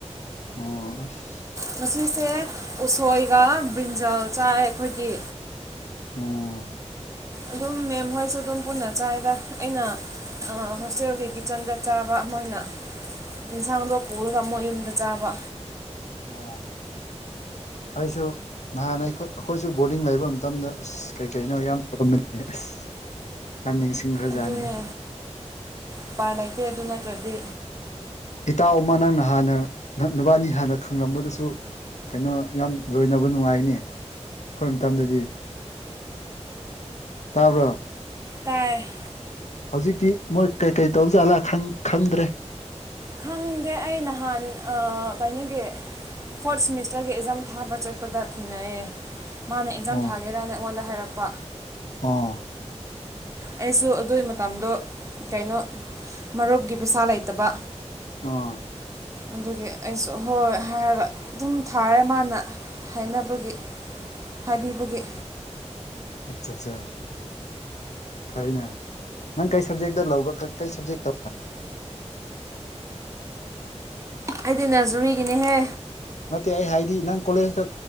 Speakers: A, on the left (about 75°); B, on the right (about 25°).
A: ꯑꯣ ꯑꯁ
B: ꯉꯁꯤꯁꯦ ꯎꯁꯣꯏꯒ ꯕ꯭ꯔꯤꯟꯖꯥꯜ ꯆꯥꯏ ꯑꯩꯈꯣꯏꯗꯤ
A: ꯑꯣ
B: ꯑꯗꯨꯝ ꯃꯦꯝ ꯍꯣꯏꯁꯨ ꯑꯗꯨꯝ ꯄꯨꯟꯅ ꯆꯥꯏꯗ ꯑꯩꯅ ꯑꯥ ꯍꯣꯁꯇꯦꯜꯒꯤ ꯀꯤꯠꯆꯟꯗ ꯆꯥꯕ ꯃꯣꯏꯅ ꯌꯦꯟꯁꯥꯡꯗꯣ ꯄꯨꯔꯒ ꯃꯣꯏ ꯌꯨꯝꯗ ꯆꯥꯕ
A: ꯑꯣ ꯑꯩꯁꯨ ꯅꯍꯥꯟꯅ ꯑꯩꯈꯣꯢ ꯑꯩꯈꯣꯏꯁꯨ ꯕꯣꯔꯗꯤꯡ ꯂꯩꯕ ꯃꯇꯝꯗ ꯑꯁ ꯀꯩꯀꯩꯅꯣ ꯌꯥꯝ ꯇꯧꯔꯝꯕꯅꯦ <inaudible> ꯅꯤꯡꯁꯤꯡꯈ꯭ꯔꯖꯥꯠꯅꯤ
B: ꯑꯗꯨꯅꯦ ꯎꯄꯥꯏ ꯂꯩꯇꯦ ꯑꯗꯨ ꯅꯠꯇ꯭ꯔꯗꯤ
A: ꯏꯇꯥꯎ ꯑꯃ ꯅꯪ ꯅꯍꯥꯟꯅ ꯅꯪ ꯕꯥꯅꯤ ꯍꯥꯟꯅ ꯈꯪꯂꯝꯕꯗꯨꯁꯨ ꯀꯩꯅꯣ ꯌꯥꯝ ꯂꯣꯏꯅꯕ ꯅꯨꯡꯉꯥꯏꯅꯦ ꯑꯩꯈꯣꯏ ꯃꯇꯝꯗꯗꯤ ꯇꯥꯕ꯭ꯔꯣ
B: ꯆꯔ <unintelligible>
A: ꯍꯧꯖꯤꯛꯇꯤ ꯃꯣꯏ ꯀꯩ ꯀꯩ ꯇꯧꯖꯥꯠꯂꯥ ꯇꯪ ꯈꯪꯗ꯭ꯔꯦ
B: ꯈꯪꯗꯦ ꯑꯩ ꯅꯍꯥꯟ ꯑꯥ ꯀꯩꯅꯣꯒꯤ ꯐꯣꯔꯠ ꯁꯦꯃꯤꯁꯇꯔꯒꯤ ꯑꯦꯛꯖꯥꯝ ꯊꯥꯕ ꯆꯠꯄꯗ ꯊꯦꯡꯅꯩꯑꯦ ꯃꯥꯅ ꯑꯦꯛꯖꯥꯝ
A: ꯑꯣ
B: ꯊꯥꯒꯦꯔꯅ ꯑꯩꯉꯣꯟꯗ ꯍꯥꯏꯔꯛꯄ
A: ꯑꯥ
B: ꯑꯩꯁꯨ ꯑꯗꯨꯒꯤ ꯃꯇꯝꯗꯣ ꯀꯩꯅꯣ ꯃꯔꯨꯞꯀꯤ ꯄꯩꯁꯥ ꯂꯩꯇꯕ
A: ꯑꯣ
B: ꯑꯗꯨꯒꯤ ꯑꯩꯁꯨ ꯍꯣꯏ ꯍꯥꯏꯔꯒ ꯑꯗꯨꯝ ꯊꯥꯔꯦ ꯃꯥꯅ ꯍꯥꯏꯅꯕꯒꯤ ꯍꯥꯏꯕꯤꯕꯒꯦ
A: ꯑꯆꯥ ꯑꯠꯆꯥ ꯐꯩꯅꯦ ꯅꯪ ꯀꯔꯤ ꯁꯕꯖꯦꯛꯇ ꯂꯧꯕ꯭ꯔꯥ ꯀꯔꯤ ꯁꯕꯖꯦꯛꯇ
B: ꯑꯩꯗꯤ ꯅꯖꯔꯤꯒꯤꯅꯦꯍꯦ
A: ꯅꯠꯇꯦ ꯑꯩ ꯍꯥꯏꯗꯤ ꯅꯪ ꯀꯣꯂꯦꯖꯇ